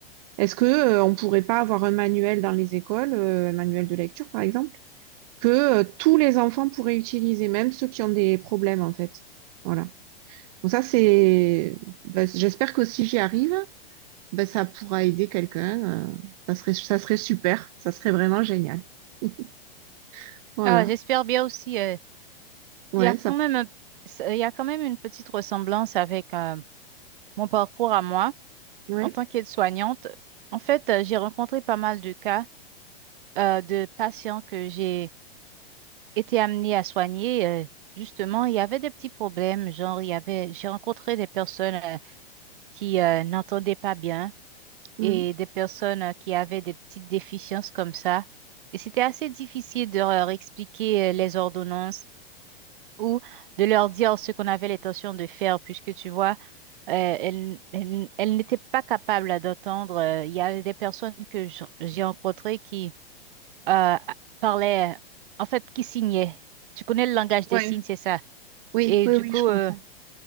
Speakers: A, on the right (about 40°); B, on the right (about 55°).
A: Est-ce que euh, on pourrait pas avoir un manuel dans les écoles, euh, un manuel de lecture par exemple, que euh, tous les enfants pourraient utiliser, même ceux qui ont des problèmes en fait. Voilà. Donc ça c'est, ben, j'espère que si j'y arrive, ben ça pourra aider quelqu'un. euh, ça serait, ça serait super. Ça serait vraiment génial. <laughs> Voilà.
B: Ah, j'espère bien aussi. euh,
A: Ouais,
B: Il y a quand
A: ça
B: même un- il y a quand même une petite ressemblance avec euh, mon parcours à moi.
A: Ouais.
B: En tant qu'aide-soignante, en fait, euh, j'ai rencontré pas mal de cas euh, de patients que j'ai été amenée à soigner. euh, justement, il y avait des petits problèmes, genre il y avait, j'ai rencontré des personnes euh, qui euh, n'entendaient pas bien
A: mm.
B: et des personnes euh, qui avaient des petites déficiences comme ça. Et c'était assez difficile de leur expliquer euh, les ordonnances ou de leur dire ce qu'on avait l'intention de faire, puisque tu vois, euh, elles, elles- elles n'étaient pas capables d'entendre. euh, Il y avait des personnes que j- j'ai rencontrées qui euh, parlaient, en fait, qui signaient. Tu connais le langage des
A: Ouais.
B: signes, c'est ça.
A: Oui,
B: Et
A: oui,
B: du
A: oui,
B: coup,
A: je comprends.
B: euh,